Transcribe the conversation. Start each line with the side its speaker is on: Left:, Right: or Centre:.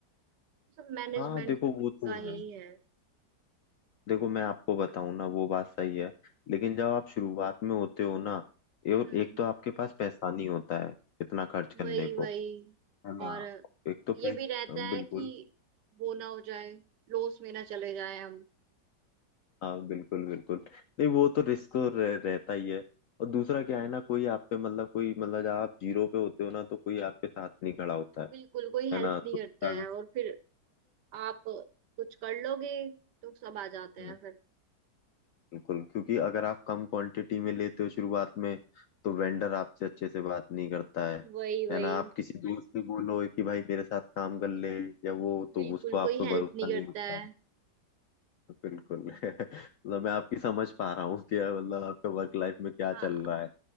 Right: सब मैनेजमेंट
Left: हाँ देखो वो तो
Right: का ही
Left: है
Right: है
Left: देखो मैं आपको बताऊं ना वो बात सही है लेकिन जब आप शुरुआत में होते हो ना और
Right: हम्म
Left: एक तो आपके पास पैसा नहीं होता है इतना खर्च करने
Right: वही
Left: को
Right: वही
Left: है ना
Right: और
Left: एक तो
Right: ये
Left: जैसे
Right: भी रहता है
Left: बिल्कुल
Right: कि वो ना हो जाए लॉस में ना चले जाए हम
Left: हाँ बिल्कुल बिल्कुल नहीं वो तो रिस्क तो रह, रहता ही है और दूसरा क्या है ना कोई आप पे मतलब कोई मतलब जब आप जीरो पे होते हो ना तो कोई आपके साथ नहीं खड़ा होता है
Right: बिल्कुल कोई
Left: है
Right: हेल्प
Left: ना
Right: नहीं
Left: तो
Right: करता
Left: अगर-
Right: है और फिर आप कुछ कर लोगे तो सब आ जाते
Left: हम्म,
Right: हैं फिर
Left: बिल्कुल क्योंकि अगर आप कम क्वांटिटी में लेते हो शुरुआत में तो वेंडर आपसे अच्छे से बात नहीं करता है
Right: वही वही
Left: है ना आप किसी दोस्त से बोलो कि भाई मेरे साथ काम कर ले या वो तो
Right: बिल्कुल
Left: उसको आप
Right: कोई
Left: पे
Right: हेल्प
Left: भरोसा
Right: नहीं करता
Left: नहीं होता
Right: है
Left: है बिल्कुल <laughs> मतलब मैं आपकी समझ पा रहा हूँ कि मतलब आपका वर्क लाइफ में क्या
Right: हाँ
Left: चल रहा है